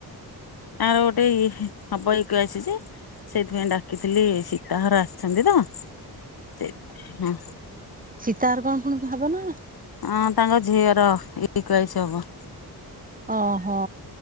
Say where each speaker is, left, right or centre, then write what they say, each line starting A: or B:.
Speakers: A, on the left; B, on the right.
A: ଆଉ ଗୋଟେ ଏଇ ହବ ଇ କେ ୟାଇ ସି ଯେ। ସେଇଥିପାଇଁ ଡାକିଥିଲି ସୀତାଘର ଆସିଛନ୍ତି ତ ସେଇଥିପାଇଁ ହଁ।
B: ସୀତଘର କଣ ପୁଣି ହବ ନା?
A: ହଁ ତାଙ୍କ ଝିଅର ଇ କେ ୟାଇ ସି ହବ।
B: ଓହୋ।